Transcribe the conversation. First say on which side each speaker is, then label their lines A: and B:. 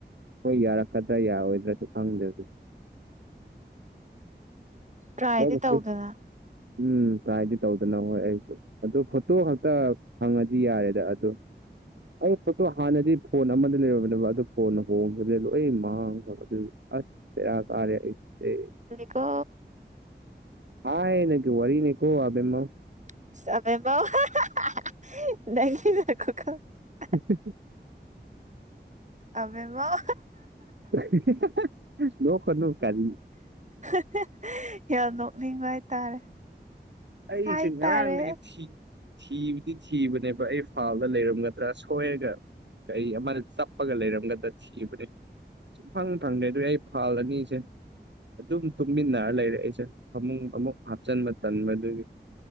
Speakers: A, on the right (about 80°); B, on the right (about 40°).
A: ꯍꯣꯏ ꯌꯥꯔꯛꯀꯗ꯭ꯔꯥ ꯌꯥꯔꯣꯏꯗ꯭ꯔꯥꯁꯨ ꯈꯪꯗ꯭ꯔꯦꯗꯤ꯫
B: ꯇ꯭ꯔꯥꯏꯗꯤ
A: ꯅꯪ ꯗꯣ
B: ꯇꯧꯗꯅ
A: ꯐꯨꯠ ꯎꯝ ꯇꯔ꯭ꯥꯏꯗꯤ ꯇꯧꯗꯅ ꯍꯣꯏ ꯑꯩꯁꯨ ꯑꯗꯨ ꯐꯣꯇꯣ ꯈꯛꯇ ꯐꯪꯉꯗꯤ ꯌꯥꯔꯦꯗ ꯑꯗꯨ꯫ ꯑꯩ ꯐꯣꯇꯣ ꯍꯥꯟꯅꯗꯤ ꯐꯣꯟ ꯑꯃꯗ <unintelligible> ꯑꯗꯨ ꯐꯣꯟꯅ ꯍꯣꯡꯈꯤꯕꯗꯩ ꯂꯣꯏ ꯃꯥꯡꯈ꯭ꯔꯕ ꯑꯗꯨ ꯑꯁ ꯄꯦꯔꯥ ꯀꯥꯔꯦ ꯑꯩ ꯇꯤ
B: ꯀꯣ꯫
A: ꯍꯥꯥꯢ ꯅꯪꯒꯤ ꯋꯥꯔꯤꯅꯦꯀꯣ ꯑꯕꯦꯝꯃꯧ꯫
B: <unintelligible>
A: ꯍꯤꯍꯦꯍꯦ
B: ꯑꯕꯦꯝꯃꯧ
A: ꯍꯤꯍꯥꯍꯥꯍꯥ ꯅꯣꯛꯀꯅꯣ ꯀꯔꯤ
B: ꯍꯥꯍꯦꯍꯤ ꯌꯥꯝ ꯅꯣꯛꯅꯤꯡꯕ ꯍꯥꯏꯇꯥꯔꯦ꯫
A: ꯑꯩ
B: ꯍꯥꯏꯇꯥꯔꯦ
A: ꯁꯦ ꯉꯔꯥꯡꯗꯒꯤ ꯊꯤ ꯊꯤꯕꯗꯤ ꯊꯤꯕꯅꯦꯕ ꯑꯩ ꯐꯥꯜꯗ ꯂꯩꯔꯝꯒꯗ꯭ꯔꯥ ꯁꯣꯏꯔꯒ ꯀꯩ ꯑꯃꯗ ꯆꯞꯄꯒ ꯂꯩꯔꯝꯒꯗ꯭ꯔ ꯊꯤꯕꯅꯦ ꯁꯨꯡꯐꯪ ꯐꯪꯗꯦ ꯑꯗꯨꯅꯦ ꯑꯩ ꯐꯥꯢꯜ ꯑꯅꯤꯁꯦ꯫ ꯑꯗꯨꯝ ꯇꯨꯝꯃꯤꯟꯅꯔ ꯂꯩꯔꯦ ꯑꯩꯁꯦ ꯐꯃꯨꯡ ꯑꯃꯨꯛ ꯍꯥꯞꯆꯤꯟꯕ ꯇꯟꯕ ꯑꯗꯨꯒꯤ